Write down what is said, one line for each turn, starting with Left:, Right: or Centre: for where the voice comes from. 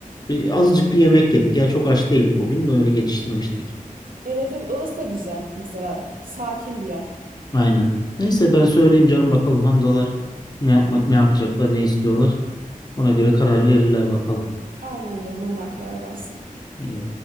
Left: Bir, azıcık bir yemek yedik. Ya çok aç değildik o gün de öyle geçiştirmiştik.
Right: Evet evet orası da güzel mesela. Sakin bir yer.
Left: Aynen. Neyse ben söyleyeyim canım bakalım Hamzalar ne yapma, ne yapacaklar, ne istiyorlar. Ona göre karar verirler bakalım.
Right: Aynen canım onlar karar versin.
Left: İyi.